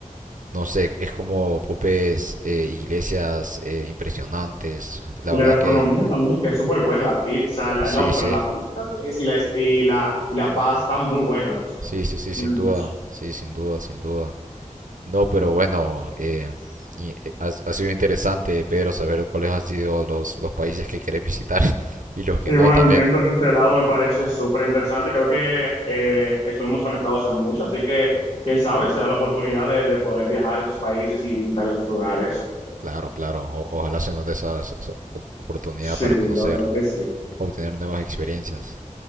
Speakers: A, on the right; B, on the left.
A: no sé, es como popes, eh, iglesias eh, impresionantes. La
B: Y
A: verdad
B: la gastronomía
A: que
B: también, que es súper buena. La pizza, la,
A: sí,
B: no, pero
A: sí,
B: la pizza creo que es y la, y la, y la pasta, muy buenas.
A: sí, sí, sí, sin
B: Me han
A: duda,
B: dicho.
A: sí, sin duda, sin duda. No, pero bueno, eh, y, eh, ha, ha sido interesante, Pedro, saber cuáles han sido los, los países que querés visitar <laughs> y los que
B: Igualmente,
A: no también.
B: en este lado me parece súper interesante. Creo que eh, estuvimos conectados en mucho, así que quién sabe si da la oportunidad de, de poder viajar a esos países y visitar esos lugares.
A: Claro, claro. O- ojalá se nos dé esa, esa op- oportunidad
B: Sí,
A: para conocer,
B: la verdad que sí,
A: obtener nuevas experiencias.